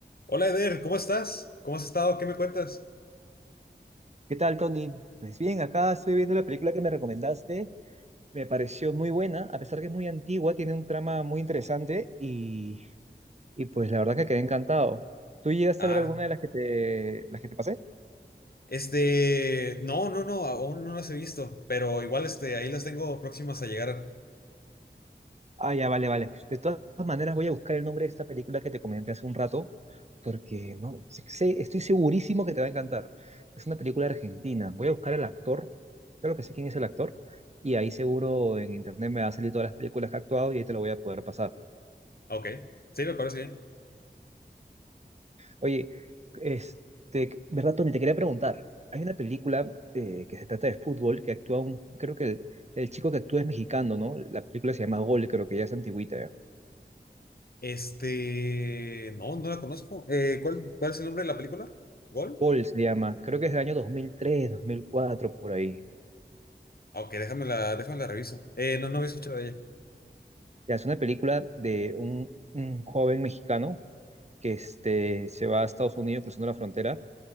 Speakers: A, on the left (about 55°); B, on the right (about 40°).
A: Hola Eder, ¿cómo estás? ¿Cómo has estado? ¿Qué me cuentas?
B: ¿Qué tal, Tony? Pues bien, acá estoy viendo la película que me recomendaste. Me pareció muy buena, a pesar que es muy antigua, tiene un trama muy interesante y, y pues la verdad que quedé encantado. ¿Tú llegaste
A: Ah,
B: a ver alguna de las que te, las que te pasé?
A: este, no, no, no, aún no las he visto, pero igual este, ahí las tengo próximas a llegar.
B: Ah, ya, vale, vale. De todas maneras, voy a buscar el nombre de esta película que te comenté hace un rato, porque no sé- sé- estoy segurísimo que te va a encantar. Es una película argentina. Voy a buscar al actor, creo que sé quién es el actor, y ahí seguro en internet me va a salir todas las películas que ha actuado y ahí te lo voy a poder pasar.
A: Ok, sí, me parece bien.
B: Oye, este, Berratoni, te quería preguntar. Hay una película eh, que se trata de fútbol que actúa un, creo que el, el chico que actúa es mexicano, ¿no? La película se llama Gol, creo que ya es antigüita. ya.
A: Este, no, no la conozco. Eh, ¿cuál, cuál es el nombre de la película? ¿Gol?
B: Gol se llama, creo que es del año dos dos mil tres, dos mil cuatro por ahí.
A: Ah, Ok, déjame la, déjame la reviso. Eh, no, no había escuchado de ella.
B: Ya es una película de un, un joven mexicano que este, se va a Estados Unidos cruzando la frontera